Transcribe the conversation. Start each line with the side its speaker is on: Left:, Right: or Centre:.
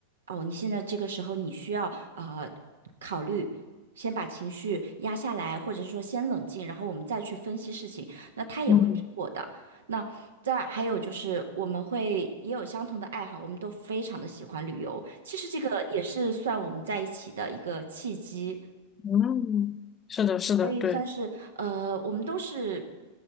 Right: 哦，你现在这个时候你需要呃考虑。先把情绪压下来，或者是说先冷静，然后我们再去分析事情，那他也会听我的。
Left: 嗯
Right: 那再还有就是，我们会也有相同的爱好，我们都非常的喜欢旅游。其实这个也是算我们在一起的一个契机。
Left: 嗯，是的，是的，
Right: 所以算是呃，
Left: 对，
Right: 我们都是